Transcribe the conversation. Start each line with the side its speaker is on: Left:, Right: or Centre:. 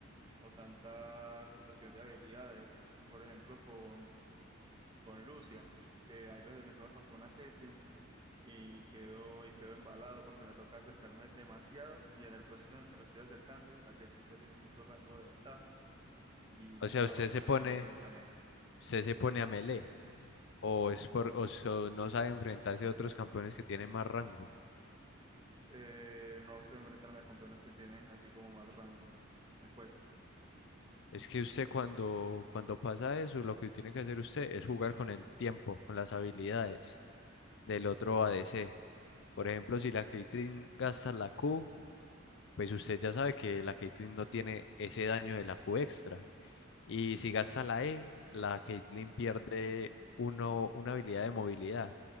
Right: o tanta rotación de habilidades. Por ejemplo, con, con Lucian, que hay veces me toca contra una Caitlyn y quedo, y quedo embalado porque me toca acercarme demasiado y en el proceso en el que me estoy acercando, la Caitlyn ya tiene mucho rango de ventaja y
Left: O
Right: me
Left: sea,
Right: deja
Left: usted
Right: vuelto
Left: se
Right: mierda
Left: pone,
Right: prácticamente.
Left: usted se pone a melee o es por, o so- no sabe enfrentarse a otros campeones que tienen más rango.
Right: Eh, no sé enfrentarme a campeones que tienen así como más rango. Me cuesta.
Left: Es que usted cuando, cuando pasa eso, lo que tiene que hacer usted es jugar con el tiempo, con las habilidades del otro ADC. Por ejemplo, si la Caitlyn gasta la Q, pues usted ya sabe que la Caitlyn no tiene ese daño de la Q extra. Y si gasta la E, la Caitlyn pierde uno, una habilidad de movilidad.